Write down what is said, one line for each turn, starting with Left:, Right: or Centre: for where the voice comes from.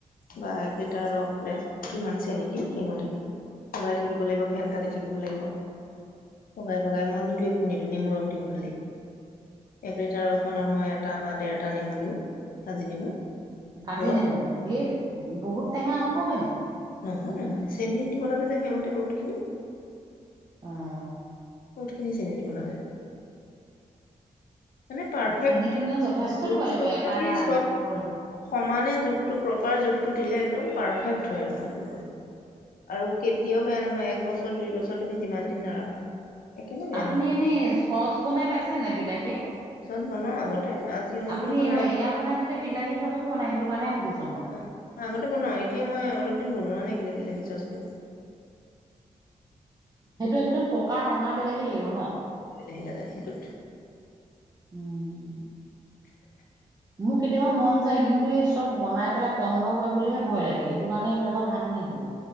Left: বা এক লিটাৰ ৰস লে কিমান চেনি দিম সেইমতে দি উলাই থাকিব লাগিব ফেন কাটি থাকিব লাগিব পগাই পগাই মই কিন্তু একো নিদিো নেম ৰস দিওঁ খালি িটাৰসমানত
Right: অ'
Left: মই এটা বা ডেৰ এটা নেমু দিওঁ আাজি নেমু
Right: কাজি
Left: ৰস
Right: নেমু ধেৰ বহুত টেঙা
Left: দিওঁ।
Right: হ'ব গে নে?
Left: নহয় নহয় চেনী দিব লাগে যে সেইমতে বহুতখিনি।
Right: অ'।
Left: কতখিনি চিনি দিব লাগে। মানে পাৰফেক্ট
Right: চেনি তেনেহ'লে যথেষ্ট
Left: জখ
Right: দিব লাগিব
Left: চুখ
Right: এটা
Left: যদি চব
Right: নেমু
Left: সমানে জোখটো প্ৰপাৰ জোখটো দিলে, একদম পাৰফেক্ট হয় আৰু মানে বহুত। আৰু কেতিয়াও বেয়া নহয়, এক বছৰ দুই বছৰ তুমি যিমান দিন নাৰাখা। একেবাৰে বেয়া
Right: আপুনি
Left: নহয়
Right: এনে চচ বনাই পাইছে নে নাই বিলাহী?
Left: চচ বনাও আগতে আজি অলপ
Right: আপুনি
Left: দিনৰ পৰা
Right: এইবাৰ
Left: নাই
Right: এয়া বনাই যেতিয়া বিলাহী চচো বনাই সেইটো কাৰণে সুধিছোঁ।
Left: অ' আগতে বনাও, এতিয়া মই অলপ দিন বনোৱা নাই কিন্তু বিলাহী চচটো।
Right: সেইটো একদম পকা ৰঙা বিলাহী লাগিব ন।
Left: বিলাহী লাগা সেইটোত।
Right: উম। মোৰ কেতিয়াবা মন যায়, কিন্তু এই চব বনাই পেলাই পণ্ড হয় বুলিহে ভয় লাগে সেইটো কাৰণে এইবিলাকত হাত নিদিওঁ।